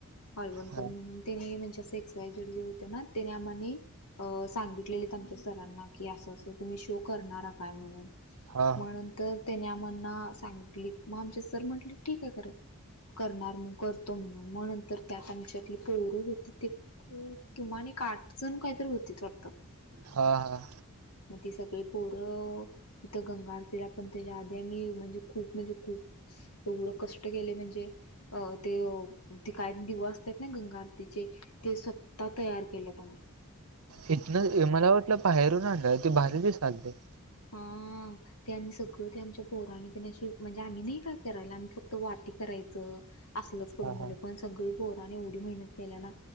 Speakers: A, on the left (about 85°); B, on the right (about 75°).
A: हळवणकर
B: हा
A: म्हणून त्यांनी म्हणजे असं एक्स वाय झेड जे होते ना त्यांनी आमानी अ सांगितलेलीत आमच्या सरांना, की असं असं तुम्ही शो करणार काय म्हणून.
B: हा
A: मग नंतर त्याने आम्हाना सांगितलीत, मग आमचे सर म्हंटले ठीक आहे कर करणार मग करतो म्हणून, मग नंतर त्यात आमची आपली पोर होती ते खूप किमान एक आठजण कायतरी होतीत वाटतं.
B: हा हा.
A: मग ती सगळी पोरं तिथं गंगा आरतीला पण त्याच्या आधी आम्ही खूप म्हणजे खूप एवढे कष्ट केले म्हणजे अ ते ते काय दिवे असतात ना गंगा आर तिचे ते स्वतः तयार केलेत आम्ही.
B: इथंन मला वाटलं बाहेरून आणालाय, ते भारी दिसालते.
A: हा. ते आम्ही सगळं ते आमच्या पोरांनी कनई अशी म्हणजे आम्ही नाही काय करायला, आम्ही फक्त वाती करायचं. असलंच करून
B: हा
A: दिलं,
B: हा
A: पण सगळी पोरांनी एवढी मेहनत केल्या ना